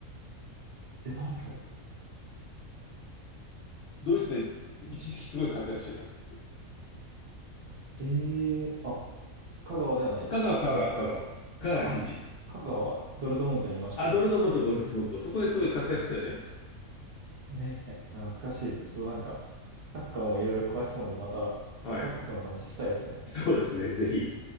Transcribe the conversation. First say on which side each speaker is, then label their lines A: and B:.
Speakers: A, on the right; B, on the left.
A: え、誰だ
B: ドイツで一時期すごい活躍してたんですよ。
A: え、えー、あ、香川ではないですか
B: 香川、香川、香川。香川真司。
A: あ、香川、ドルトムントにいましたよね。
B: あ、ドルトムント、ドルトムント。そこですごい活躍してたじゃないですか。
A: ね。ね、懐かしいですね。ちょっとなんか、サッカーもいろいろ詳しそうなので、また各国の話したいですね。
B: はい。そうですね、ぜひ。